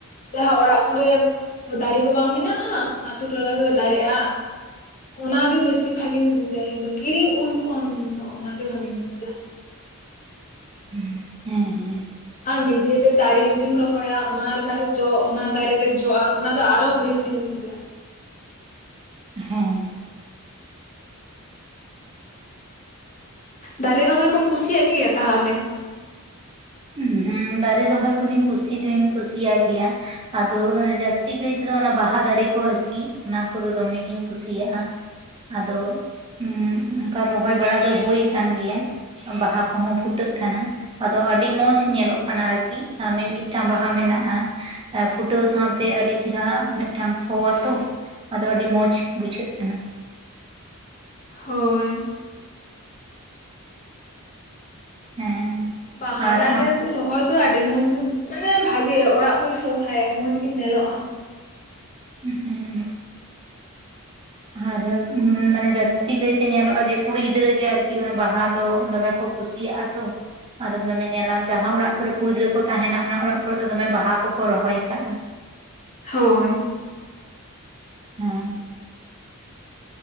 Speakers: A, on the left; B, on the right.
A: ᱡᱟᱦᱟᱸ ᱚᱲᱟᱜ ᱠᱚᱨᱮ ᱫᱟᱨᱮ ᱠᱚ ᱵᱟᱝ ᱢᱮᱱᱟᱜᱼᱟ? ᱟᱛᱳ ᱴᱚᱞᱟ ᱠᱚᱨᱮ ᱫᱟᱨᱮᱜᱼᱟ᱾ ᱚᱱᱟᱜᱮ ᱵᱮᱥᱤ ᱵᱷᱟᱜᱤᱧ ᱵᱩᱡᱟ ᱤᱧ ᱫᱚ, ᱠᱤᱨᱤᱧ ᱩᱞ ᱠᱷᱚᱱ ᱫᱚ ᱚᱱᱟᱜᱮ ᱵᱷᱟᱜᱤᱧ ᱵᱩᱡᱟ᱾
B: ᱦᱮᱸ, ᱦᱮᱸ ᱦᱮᱸ᱾
A: ᱟᱨ ᱱᱤᱡᱮᱛᱮ ᱫᱟᱨᱮ ᱡᱩᱫᱤᱢ ᱨᱚᱦᱚᱭᱟ, ᱚᱱᱟ ᱨᱮᱱᱟᱜ ᱡᱚ ᱚᱱᱟ ᱫᱟᱨᱮ ᱨᱮ ᱡᱚᱜᱼᱟ ᱚᱱᱟ ᱫᱚ ᱟᱨᱚ ᱵᱮᱥᱤᱧ ᱵᱩᱡᱟ᱾
B: ᱦᱮᱸ᱾
A: ᱫᱟᱨᱮ ᱨᱚᱦᱚᱭ ᱠᱚᱢ ᱠᱩᱥᱤᱭᱟᱜ ᱜᱮᱭᱟ ᱛᱟᱦᱚᱞᱮ?
B: ᱦᱩᱸ ᱫᱟᱨᱮ ᱨᱚᱦᱚᱭ ᱠᱩᱫᱚᱧ ᱠᱩᱥᱤ ᱫᱩᱧ ᱠᱩᱥᱤᱭᱟᱜ ᱜᱮᱭᱟ᱾ ᱟᱫᱚ ᱡᱟᱹᱥᱛᱤ ᱠᱟᱭ ᱛᱮᱫᱚ ᱚᱱᱟ ᱵᱟᱦᱟ ᱫᱟᱨᱮ ᱠᱚ ᱟᱨᱠᱤ ᱚᱱᱟ ᱠᱚᱫᱚ ᱫᱚᱮᱢ ᱜᱤᱧ ᱠᱩᱥᱤᱭᱟᱜᱼᱟ᱾ ᱟᱫᱚ ᱩᱸᱜ ᱚᱱᱠᱟ ᱨᱚᱦᱚᱭ ᱵᱟᱲᱟ ᱫᱚ ᱦᱳᱭ ᱠᱟᱱ ᱜᱮᱭᱟ᱾ ᱵᱟᱦᱟ ᱠᱚᱦᱚᱸ ᱯᱷᱩᱴᱟᱹᱜ ᱠᱟᱱᱟ ᱟᱫᱚ ᱟᱹᱰᱤᱼᱼ ᱢᱚᱸᱡᱽ ᱧᱮᱞᱚᱜ ᱠᱟᱱᱟ ᱟᱨᱠᱤ ᱢᱤᱢᱤᱫᱴᱟᱝ ᱵᱟᱦᱟ ᱢᱮᱱᱟᱜᱼᱟ᱾ ᱮ ᱯᱷᱩᱴᱟᱹᱣ ᱥᱟᱶᱛᱮ ᱟᱹᱰᱤ ᱪᱮᱨᱦᱟ ᱢᱤᱫᱴᱟᱝ ᱥᱚ ᱟᱛᱚ᱾ ᱟᱫᱚ ᱟᱹᱰᱤ ᱢᱚᱸᱡᱽ ᱵᱩᱡᱷᱟᱹᱜ ᱠᱟᱱᱟ᱾
A: ᱦᱳᱭ᱾
B: ᱦᱮᱸ᱾
A: ᱵᱟᱦᱟ
B: ᱟᱨ
A: ᱫᱟᱨᱮᱼᱼ
B: ᱟᱢ
A: ᱨᱚᱦᱚᱭ ᱫᱚ ᱟᱹᱰᱤ ᱢᱚᱸᱡᱽ ᱜᱮ ᱢᱟᱱᱮ ᱵᱷᱟᱜᱮ ᱚᱲᱟᱜ ᱠᱚᱭ ᱥᱚᱵᱷᱟᱭᱟ ᱢᱚᱸᱡᱽ ᱜᱮ ᱧᱮᱞᱚᱜᱼᱟ᱾
B: ᱦᱩᱸ᱾ ᱟᱨ ᱢᱟᱱᱮ ᱡᱟᱹᱥᱛᱤ ᱠᱟᱹᱭᱛᱮ ᱧᱮᱞᱚᱜᱼᱟ ᱡᱮ ᱠᱩᱲᱤ ᱜᱤᱫᱽᱨᱟᱹ ᱜᱮ ᱟᱨᱠᱤ ᱚᱱᱟ ᱵᱟᱦᱟ ᱫᱚ ᱫᱚᱢᱮ ᱠᱚᱼᱼ ᱠᱩᱥᱤᱭᱟᱜᱼᱟ ᱛᱚ। ᱟᱫᱚ ᱫᱚᱢᱮ ᱧᱮᱞᱟᱢ ᱡᱟᱦᱟᱸ ᱚᱲᱟᱜ ᱠᱚᱨᱮ ᱠᱩᱲᱤ ᱜᱤᱫᱽᱨᱟᱹ ᱠᱚ ᱛᱟᱦᱮᱱᱟ ᱚᱱᱟ ᱚᱲᱟᱜ ᱠᱚᱨᱮ ᱫᱚᱢᱮ ᱵᱟᱦᱟ ᱠᱚᱠᱚ ᱨᱚᱦᱚᱭ ᱠᱟᱜᱼᱟ᱾
A: ᱦᱳᱭ᱾
B: ᱦᱮᱸ